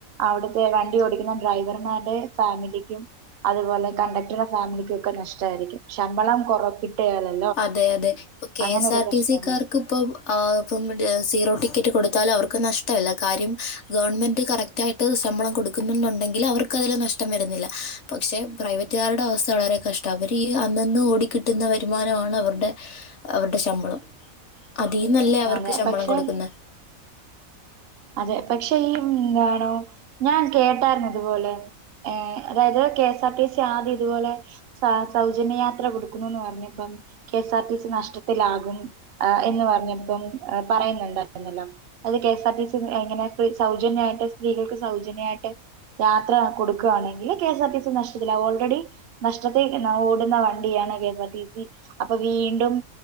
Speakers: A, on the right; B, on the left.
A: അവിട്ത്തെ വണ്ടി ഓടിക്കുന്ന ഡ്രൈവർമാരുടെ ഫാമിലിക്കും അതുപോലെ കണ്ടക് ടറെ ഫാമിലിക്കൊക്കെ നഷ്ടമായിരിക്കും ശമ്പളം കൊറ <unintelligible>
B: അതെ അതെ ഇപ്പൊ കെ
A: അങ്ങനെ
B: എസ്
A: ഒരു
B: ആർ
A: പ്രശ്നല്ലേ
B: ടി സി കാർ ക്ക് ഇപ്പൊ <unintelligible> സീറോ ടിക്കറ്റ് കൊടുത്താലും അവർക്ക് നഷ്ടല്ല കാര്യം ഗവൺമെൻറ് കറക്റ്റ് റ്റായിട്ട് ശമ്പളം കൊടുക്കുന്നുന്നുണ്ടെങ്കിൽ അവർക്ക് അതിൽ നഷ്ടം വരുന്നില്ല പക്ഷേ പ്രൈവറ്റ് റ്റ്കാരുടെ അവസ്ഥ വളരെ കഷ്ടം അവർ ഈ അന്നന്ന് ഓടിക്കിട്ടുന്ന വരു മാനമാണ് അവരുടെ അവരുടെ ശമ്പളം അതിന്നല്ലേ അവർക്ക്
A: അതെ
B: ശമ്പളം
A: പക്ഷെ
B: കൊടുക്കുന്ന
A: അതെ പക്ഷെ ഈ ന്നാണോ ഞാൻ കേട്ടാരുന്നു അതുപോലെ ഏഹ് അതായത് കെഎസ് ആർ ടി സി ആദ്യം ഇതുപോലെ സ സൗജന്യയാത്ര കൊടുക്കുന്നുന്ന് പർഞ്ഞപ്പം K S R T C നഷ്ടത്തിലാകും എന്ന് പറഞ്ഞപ്പം പറയുന്നുണ്ടായിരുന്നല്ലോ അത് കെഎസ് ആർ ടി സി എങ്ങനെ സൗജന്യമായിട്ട് സ്ത്രീകൾക്ക് സൗജന്യമായിട്ട് യാത്ര കൊടുക്കുകയാണെങ്കില് കെഎസ് ആർ ടി സി നഷ്ടത്തില്ല ഓൾറെഡി നഷ്ടത്തെ ഓടുന്ന വണ്ടിയാണ് K S R T C അപ്പൊ വീണ്ടും